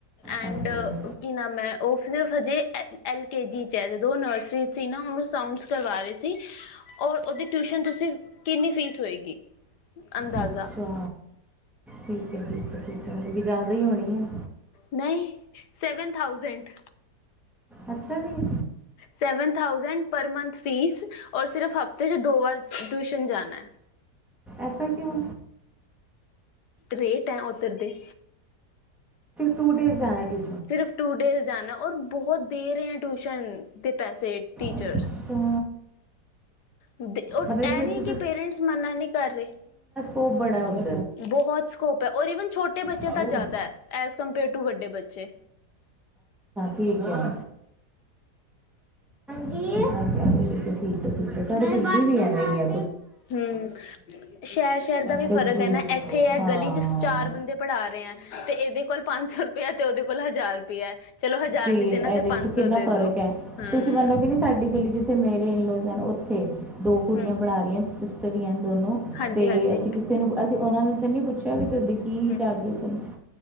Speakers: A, on the left (about 75°); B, in the centre.
A: ਐਂਡ
B: ਹਾਂਜੀ
A: ਕੀ ਨਾਮ ਏ ਉਹ ਸਿਰਫ ਹਜੇ ਐ ਐਲ ਕੇ ਜੀ 'ਚ ਹੈ। ਜਦੋਂ ਨਰਸਰੀ ਸੀ ਨਾ ਉਹਨੂੰ ਸਾਊਂਡਸ ਕਰਵਾ ਰਹੇ ਸੀ ਔਰ ਉਹਦੀ ਟਿਊਸ਼ਨ ਤੁਸੀਂ ਕਿੰਨੀ ਫੀਸ ਹੋਏਗੀ ਅੰਦਾਜ਼ਾ
B: ਅੱਛਾ ਠੀਕ ਹੈ, ਠੀਕ ਹੈ। <unintelligible> ਹੈ
A: ਨਹੀਂ ਸਵਨ ਥਾਊਜੈਂਡ।
B: ਅੱਛਾ ਜੀ
A: ਸੇਵਨ ਥਾਉਜੈਂਡ ਪਰ ਮੰਥ ਫੀਸ ਔਰ ਸਿਰਫ ਹਫਤੇ ਚ ਦੋ ਵਾਰ ਟਿਊਸ਼ਨ ਜਾਣਾ।
B: ਐਸਾ ਕਿਉਂ।
A: ਰੇਟ ਹੈ ਉੱਧਰਦੇ
B: ਟੂ ਡੇਜ਼ ਜਾਣਾ ਜੀ
A: ਸਿਰਫ ਟੂ ਡੇਜ਼ ਜਾਣਾ ਔਰ ਬਹੁਤ ਦੇ ਰਹੇ ਆ ਟਿਊਸ਼ਨ ਦੇ ਪੈਸੇ। ਟੀਚਰਸ
B: ਅੱਛਾ
A: ਉਹ ਇਹ
B: ਮਤਲਬ ਉੱਥੇ
A: ਨਹੀਂ ਕਿ ਪੇਰੈਂਟਸ ਮਨਾ ਨਹੀਂ ਕਰ ਰਹੇ।
B: ਉਹ ਬੜਾ ਉਹਦਾ
A: ਬਹੁਤ ਸਕੋਪ ਹੈ ਔਰ ਵਨ ਛੋਟੇ ਬੱਚਿਆਂ
B: ਬਾਬੂ
A: ਤਾਂ ਜ਼ਿਆਦਾ ਹੈ ਐਜ ਕੰਪੇਅਰ ਟੂ ਵੱਡੇ ਬੱਚੇ।
B: ਠੀਕ ਹੈ। ਠੀਕ ਹੈ ਠੀਕ ਤੁ ਦਿੱਲੀ ਵੀ ਐਵੇਂ ਆ।
A: ਹੂੰ ਸ਼ਹਿਰ ਸ਼ਹਿਰ ਦਾ ਵੀ
B: ਕਿਉਂਕਿ
A: ਫ਼ਰਕ ਹੈ ਨਾ ਇੱਥੇ ਹੈ
B: ਹਾਂ
A: ਗਲੀ ਚ ਚਾਰ ਬੰਦੇ ਪੜ੍ਹਾ ਰਹੇ ਹੈ ਤੇ ਇਹਦੇ। ਕੋਲ ਪੰਜ ਸੌ ਰੁਪਇਆ ਤੇ ਉਹਦੇ ਕੋਲ ਹਜ਼ਾਰ ਰੁਪਇਆ। ਚਲੋ ਹਜ਼ਾਰ
B: ਫੇਰ
A: ਨੀ
B: ਇਹ
A: ਦੇਣਾ ਤੇ
B: ਦੇਖੋ
A: ਪੰਜ
B: ਕਿੰਨਾ
A: ਸੌ ਦੇ
B: ਫ਼ਰਕ
A: ਦੋ
B: ਹੈ
A: ਹਮ
B: ਤੁਸੀਂ ਮੰਨੋ ਕਿ ਨਹੀਂ ਸਾਡੀ ਗਲੀ ਚ ਤੇ ਮੇਰੇ ਇਨਲੋਜ਼ਨ ਉੱਥੇ ਦੋ ਕੁੜੀਆਂ
A: ਹੂੰ,
B: ਪੜ੍ਹਾ ਰਹੀਆਂ। <unintelligible> ਦੋਨੋ
A: ਹਾਂਜੀ-ਹਾਂਜੀ,
B: ਤੇ ਅਸੀਂ ਕਿਸੇ ਨੂੰ ਅਸੀਂ ਉਹਨਾਂ ਨੂੰ ਤੇ ਨੀ ਪੁੱਛੇ ਕਹਿੰਦੇ ਤੁਹਾਡੇ ਕੀ
A: ਹੂੰ-ਹੂੰ,
B: ਚਾਰਜਿਸ ਹਨ